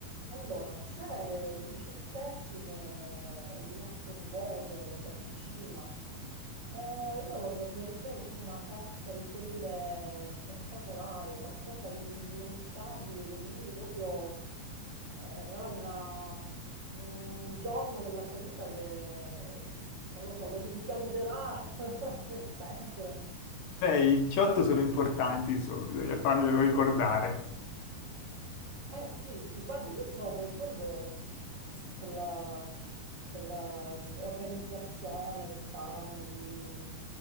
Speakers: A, on the right (about 45°); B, on the left (about 65°).
A: Allora, c'è il diciottesimo di nostro nipote che si avvicina e io vorrei organizzare proprio una festa di quelle spettacolari, qualcosa di indimenticabile che lui proprio eh, sarà una- un giorno della sua vita che, non lo so, lo rimpiangerà <laughs> per sempre.
B: Beh, i 18 sono importanti, insomma, bisogna farglielo ricordare.
A: Eh sì, sì, guarda, io stavo pensando a quella, quella organizzazione che fanno di,